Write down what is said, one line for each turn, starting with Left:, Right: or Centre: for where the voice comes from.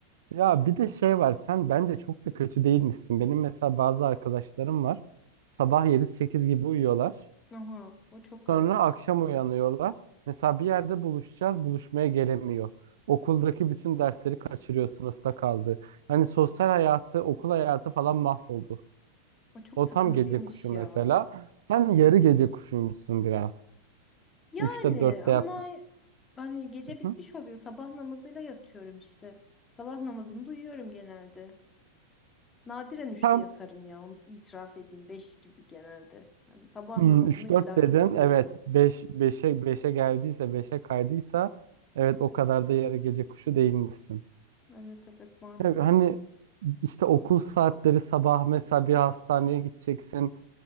Right: Ya bir de şey var sen bence çok da kötü değilmişsin. Benim mesela bazı arkadaşlarım var. Sabah yedi sekiz gibi uyuyorlar.
Left: Aha, o çok
Right: Sonra
Left: evet.
Right: akşam uyanıyorlar. Mesela bir yerde buluşacağız, buluşmaya gelemiyor. Okuldaki bütün dersleri kaçırıyor, sınıfta kaldı. Hani sosyal hayatı, okul hayatı falan mahvoldu.
Left: O çok
Right: O
Left: sıkıntıymış
Right: tam gece kuşu mesela.
Left: ya.
Right: Sen yarı gece kuşuymuşsun biraz.
Left: Yani
Right: Üçte dörtte
Left: ama
Right: yatsın.
Left: hani gece bitmiş
Right: Hı.
Left: oluyor. Sabah namazıyla yatıyorum işte. Sabah namazını duyuyorum genelde. Nadiren üçte
Right: Tam
Left: yatarım ya. Onu itiraf edeyim. Beş gibi genelde. Hani sabah
Right: hmm,
Left: namazını
Right: üç
Left: illaki
Right: dört dedin.
Left: duyuyorum.
Right: Evet. Beş, beşe, beşe geldiyse, beşe kaydıysa evet o kadar da yarı gece kuşu değilmişsin.
Left: Evet evet maalesef.
Right: Evet, hani işte okul saatleri sabah mesela bir hastaneye gideceksin.